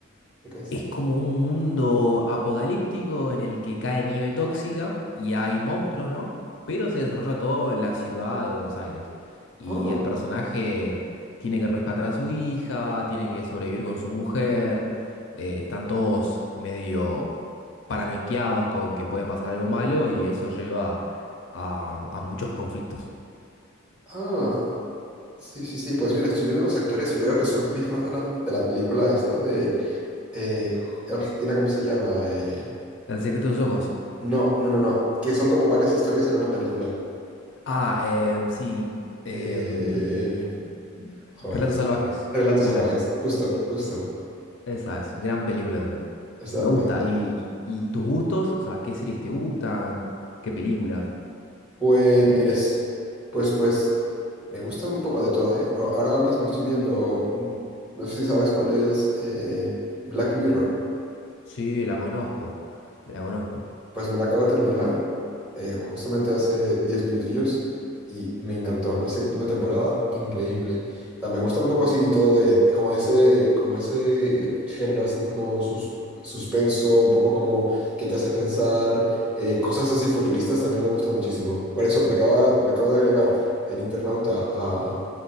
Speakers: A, in the centre; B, on the left (about 60°).
A: ¿De qué es?
B: Es como un mundo apocalíptico en el que cae nieve tóxica y hay monstruos, ¿no? Pero se desarrolla todo en la ciudad de Buenos Aires. Y
A: Ah,
B: el personaje tiene que rescatar a su hija, tiene que sobrevivir con su mujer. eh, están todos medio paranoiqueados con que puede pasar algo malo y eso lleva a, a muchos conflictos.
A: ah, sí, sí, sí. Pues mira, estoy viendo los actores y veo que son los mismos de la, de la película esta de eh, Argentina, ¿cómo se llama? Eh,
B: El secreto de sus ojos.
A: no, no, no, no, que son como varias historias en una película.
B: Ah, em, sí. em,
A: Eh, joder.
B: Relatos salvajes.
A: Relatos
B: esa
A: salvajes, justo, justo.
B: Esa es, gran película también.
A: Esa
B: Me gusta.
A: me enc-
B: ¿Y, y, y tus gustos? O sea, ¿qué series te gustan? ¿Qué películas?
A: pues, pues, pues, me gusta un poco de todo, ¿eh? A- Ahora mismo estoy viendo, un- no sé si sabes cuál es eh, Black Mirror.
B: Sí, la conozco. La conozco.
A: Pues me la acabo de terminar eh, justamente hace 10 minutillos y me encantó. La séptima temporada, increíble. O sea, me gusta un poco así todo de, de como ese, como ese género así como sus, suspenso, un poco como que te hace pensar, eh, cosas así futuristas también me gusta muchísimo. Por eso me acaba, me acaba de agregar el internauta a,